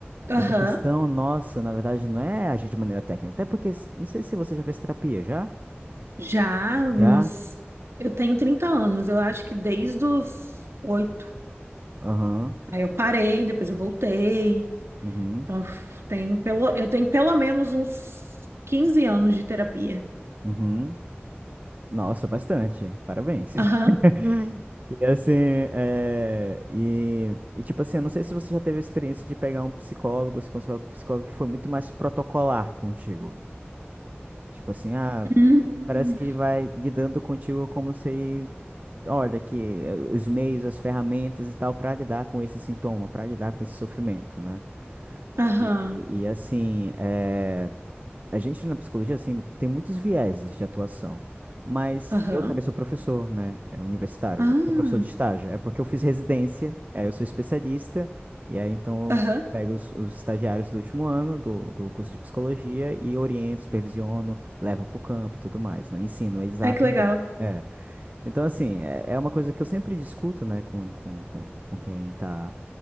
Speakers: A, on the right (about 75°); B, on the right (about 40°).
A: Aham.
B: Mas a questão nossa, na verdade, não é agir de maneira técnica. Até porque, s- não sei se você já fez terapia, já?
A: Já uns.
B: Já?
A: Eu tenho 30 anos, eu acho que desde os oito.
B: Aham.
A: Aí eu parei, depois eu voltei.
B: Uhum.
A: Então, eu f- tenho pelo, eu tenho pelo menos uns 15 anos de terapia.
B: Uhum. Nossa, bastante. Parabéns. <laughs>
A: Aham.
B: E assim, é... e, e tipo assim, eu não sei se você já teve a experiência de pegar um psicólogo, se consultar com um psicólogo que foi muito mais protocolar contigo. Tipo assim, ah,
A: Hum.
B: parece que vai lidando contigo como se, olha, aqui, eh, os meios, as ferramentas e tal, para lidar com esse sintoma, para lidar com esse sofrimento, né?
A: Aham.
B: E, e, assim, é, a gente na psicologia assim, tem muitos vieses de atuação, mas
A: Aham.
B: eu também sou professor, né? é Universitário,
A: Ah.
B: eu sou professor de estágio. É porque eu fiz residência, aí eu sou especialista, e aí então
A: Aham.
B: eu pego os, os estagiários do último ano do, do curso de psicologia e oriento, supervisiono, levo para o campo e tudo mais, né? Ensino eles a
A: Ai,
B: atender.
A: que legal.
B: É. Então, assim, é, é uma coisa que eu sempre discuto, né, com, com, com, com quem tá,